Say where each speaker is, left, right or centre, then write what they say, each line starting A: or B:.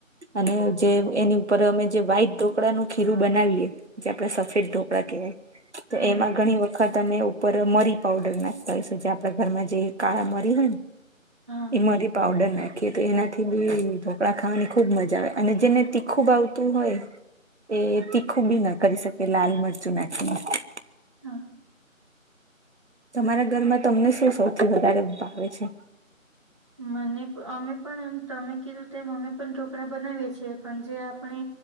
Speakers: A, on the right; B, on the right.
A: અને જે એની ઉપર અમે જે વાઈટ ઢોકળાનું ખીરું બનાવીએ જે આપડે સફેદ ઢોકળા કહેવાય તો
B: હા
A: એમાં ઘણી વખત અમે ઉપર મરી પાવડર નાખતા હોશું જે આપડા ઘરમાં જે કાળા મરી હોય ને
B: હા
A: મારી પાવડર નાખીએ તો એનાથી બી કપડાં ખાવાની ખૂબ મજા આવે અને જેને તીખું બ આવતું હોય એ તીખું બી ના કરી શકે લાલ મરચું નાખીને
B: હા
A: તમારા ઘરમાં તમને શું સૌથી વધારે ભાવે છે
B: મને અમે પણ એમ તમે કીધું તેમ અમે પણ ઢોકળા બનાવીએ છીએ પણ જે આપણે